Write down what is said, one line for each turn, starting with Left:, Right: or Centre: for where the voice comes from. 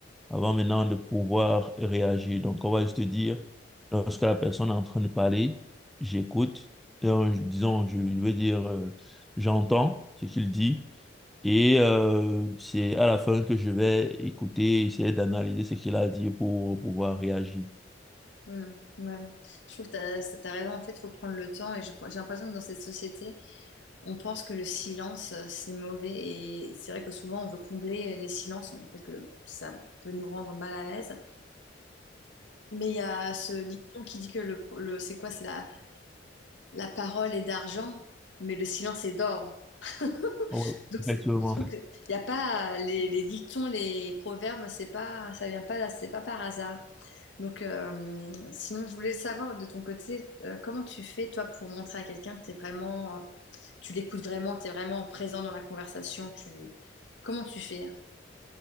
Centre: avant maintenant de pouvoir réagir. Donc, on va juste dire, lorsque la personne est en train de parler, j'écoute, Et, euh, disons, je je veux dire, euh, j'entends ce qu'il dit, et euh, c'est à la fin que je vais écouter, essayer d'analyser ce qu'il a dit pour pouvoir réagir.
Left: Mm. Ouais. Je trouve que t'as, ça- t'as raison. En fait, faut prendre le temps. Et je- j'ai l'impression que dans cette société, on pense que le silence, euh, c'est mauvais. Et c'est vrai que souvent, on veut combler les silences on- parce que ça peut nous rendre mal à l'aise. Mais il y a ce dicton qui dit que le, le- c'est quoi? C'est la, la parole est d'argent, mais le silence est d'or. <laughs> Donc,
Centre: Oui, effectivement.
Left: c'est- je trouve que y a pas les, les dictons, les proverbes, c'est pas, ça vient pas, c'est pas par hasard. Donc, euh, sinon, je voulais savoir de ton côté, euh, comment tu fais toi pour montrer à quelqu'un que t'es vraiment, euh, tu l'écoutes vraiment, t'es vraiment présent dans la conversation. Tu, comment tu fais?